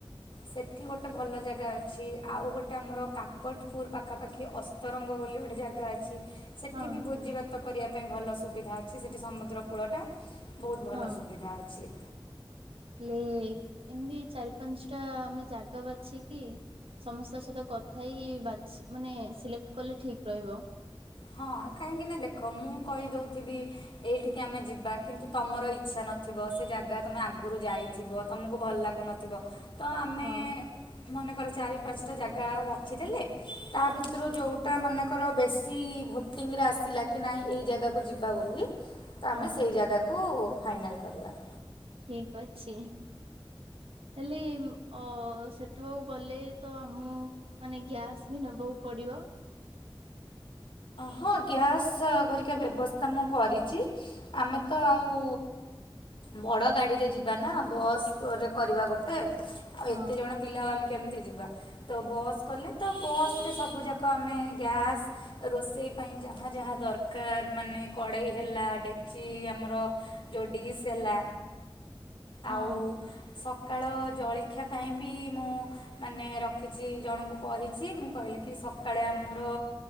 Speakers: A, on the left (about 65°); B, on the right (about 85°).
A: ସେଠି ଗୋଟେ ଭଲ ଜାଗା ଅଛି ଆଉ ଗୋଟେ ଆମର କାକଟପୁର ପାଖାପାଖି ଅ ତରଙ୍ଗ ବୋଲି ଗୋଟେ ଜାଗା ଅଛି। ସେଠି
B: ହଁ
A: ବି ଭୋଜି ଭାତ କରିବା ପାଇଁ ଭଲ ସୁବିଧା ଅଛି ସେଇଠି ସମୁଦ୍ର କୂଳଟା। ବହୁତ ଭଲ
B: ହଁ
A: ସୁବିଧା ଅଛି।
B: ଲେ ଏମିତି ଚାରି ପାଞ୍ଚ ଟା ଆମେ ଜାଗା ବାଛି କି ସମସ୍ତଙ୍କ ସହିତ କଥା ଇ ବାଛି ମାନେ ସିଲେକ୍ଟ କଲେ ଠିକ ରହିବ।
A: ହଁ କାହିଁକି ନା ଦେଖ ମୁଁ କହିଦଉଥିବି ଏଇଠିକି ଆମେ ଯିବା କିନ୍ତୁ ତମର ଇଚ୍ଛା ନଥିବ ସେ ଜାଗା ତମେ ଆଗରୁ ଯାଇଥିବ। ତମକୁ ଭଲ ଲାଗୁନଥିବ ତ ଆମ୍
B: ହଁ।
A: ମନେକର ଚାରି ପାଞ୍ଚଟା ଜାଗା ବାଛିଦେଲେ ତା ଭିତରୁ ଯୋଉଟା ମନେକର ବେଶ ସି ଭୋଟିଂରେ ଆସିଲା କି ନାଇଁ ଏଇ ଜାଗାକୁ ଯିବା ବୋଲି ତ
B: ହଁ
A: ଆମେ ସେହି ଜାଗାକୁ କୁ ଫାଇନାଲ୍ କରିବା।
B: ଠିକ ଅଛି ହେଲେ ଅ ସେ ପାଠ ଗଲେ ତ ଆମକୁ ମାନେ ଗ୍ୟାସ୍ ବି ନେବାକୁ ପଡିବ।
A: ହଁ ଗ୍ୟାସ୍ ଘରିକା ବ୍ୟବସ୍ଥା ମୁଁ କରିଛି। ଆମେ ତ ଆଉ ବଡ ଗାଡିରେ ଯିବା ନା ବସ୍ ରେ କରିବା ଗୋଟେ ଆଉ
B: ହଁ
A: ଏତେ ଜଣ ପିଲାମାନେ କେମିତି ଯିବା ତ ବସ୍ କଲେ ତ ବସରେ ସବୁଯାକ ଆମେ ଗ୍ୟାସ୍ ରୋଷେଇ ପାଇଁ ଯାହା ଯାହା ଦରକାର ମାନେ କଡ଼େଇ ହେଲା ଡେକ୍ଚି ଆମର ଯୋ ଡିସ୍ ହେଲା
B: ହଁ
A: ଆଉ
B: ହଁ
A: ସକାଳ ଜଳଖିଆ ପାଇଁ ବି ମୁଁ ମାନେ ରଖିଛି ଜଣଙ୍କୁ କହିଛି ମୁଁ କହିଲି କି ସକାଳେ ଆମର